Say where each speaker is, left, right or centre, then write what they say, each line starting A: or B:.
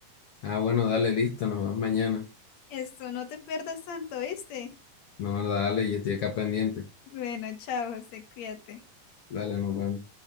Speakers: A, on the left; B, on the left.
A: Ah, bueno, dale, listo, nos vemos mañana.
B: Esto, no te pierdas tanto, ¿viste?
A: No, dale, yo estoy acá pendiente.
B: Bueno, chao, José, cuídate.
A: Dale, nos vemos.